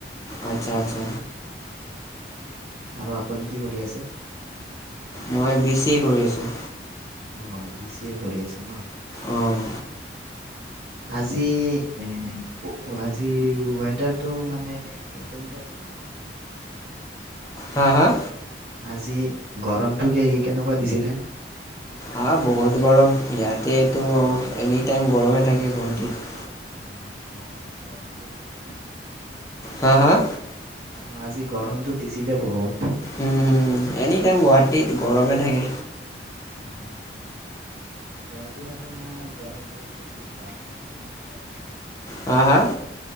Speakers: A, on the left; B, on the right.
A: আচ্ছা, আচ্ছা।
B: আৰু আপুনি কি কৰি আছে?
A: মই বি চি এ কৰি আছোঁ।
B: অঁ, বি চি এ পঢ়ি আছ ন'?
A: অঁ
B: ভাল। আজি এ ৱ আজি ৱ ৱেডাৰটো মানে এ কেনেকুৱা দিছিল?
A: হাঁ, হাঁ।
B: আজি গৰমটো কি কি কেনেকুৱা দিছিলে?
A: আহ্হা, বহুত গৰম। ইয়াতেটো এনিটাইম গৰমেই থাকে গুৱাহাটীত।
B: উম, হয় গৰমটো বহুত থাকে।
A: হাঁ, হাঁ?
B: অঁ, আজি গৰমটো দিছিলে বহুত।
A: উম, উম এনিটাইম গুৱাহাটীত গৰমে থাকে।
B: অঁ, অঁ। গুৱাহাটীত আপোনাৰ গৰম থাকে এইটো যান-বাহনৰ কাৰণে গৰম থাকে।
A: হাঁ, হাঁ?